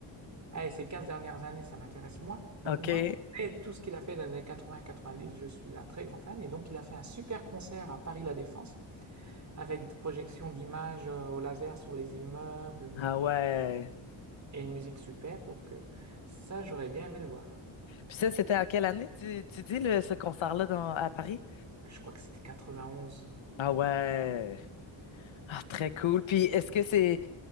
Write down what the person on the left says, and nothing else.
ok.
Ah ouais.
Puis ça, c'était en quelle année, tu, tu dis, le, ce concert-là dans- à Paris?
Ah ouais. Ah, très cool. Puis est-ce que c'est...